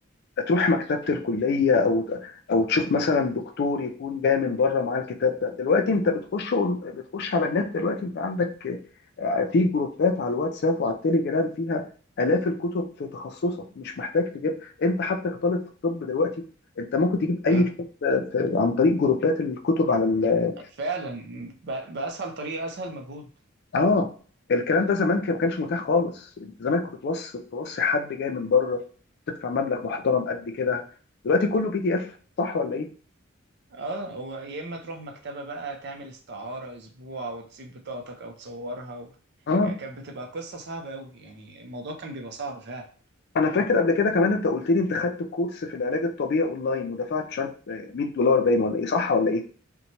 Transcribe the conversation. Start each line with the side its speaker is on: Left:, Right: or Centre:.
Left: تروح مكتبه الكليه او او تشوف مثلا دكتور يكون جاي من بره معاه الكتاب ده دلوقتي انت بتخش أون- بتخش على النت دلوقتي انت عندك آه، في جروبات على الواتساب وعلى التليجرام فيها الاف الكتب في تخصصك مش محتاج تجيب انت حتى كطالب في الطب دلوقتي انت ممكن تجيب اي
Right: اه
Left: كتاب آه، في- عن طريق جروبات الكتب على ال-
Right: فعلا ب- بأسهل طريقة أسهل مجهود
Left: اه الكلام ده زمان كان- ما كانش متاح خالص انت زمان كنت توصي توصي حد جاي من بره تدفع مبلغ محترم قد كده دلوقتي كله بي دي اف صح ولا ايه
Right: اه هو يا اما تروح مكتبة بقى تعمل استعارة اسبوع وتسيب بطاقتك او تصورها و...
Left: اه
Right: ك- كانت بتبقى قصة صعبة قوي يعني الموضوع كان بيبقى صعب فعلا
Left: انا فاكر قبل كده كمان انت قلت لي انت خدت كورس في العلاج الطبيعي اونلاين ودفعت مش عارف آه، 100 دولار باين ولا ايه صح ولا ايه